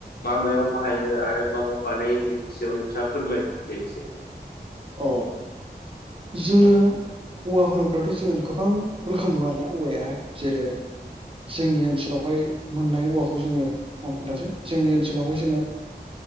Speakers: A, on the left; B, on the right.
A: मा मायाव बाहायो आरो मा मा बानायो बेनि सायाव नोंथाङा फोरमायदो एसे
B: औ जोङो औवा होनोब्लाथ' जोङो गोबां रोखोम दङ आरोना औवायाहाय जेरै जोंनि ओनसोलावहाय मोननाय औवाखौ जोङो आं खोनथानोसै जोंनि ओनसोलावहाय जोङो